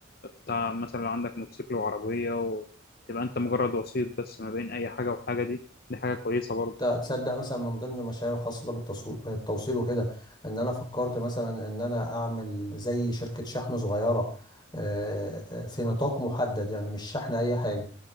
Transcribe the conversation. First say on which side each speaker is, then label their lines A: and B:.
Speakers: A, on the left (about 50°); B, on the left (about 20°).
A: بتاع مثلا لو عندك موتوسيكل وعربيه وتبقى انت مجرد وسيط بس ما بين اي حاجه وحاجه دي دي حاجه كويسه برضه
B: ت- تصدق مثلا من ضمن المشاريع الخاصة بالتصو- بالتوصيل وكده ان انا فكرت مثلا ان انا اعمل زي شركة شحن صغيرة آه، آه، في نطاق محدد يعني مش شحن اي حاجة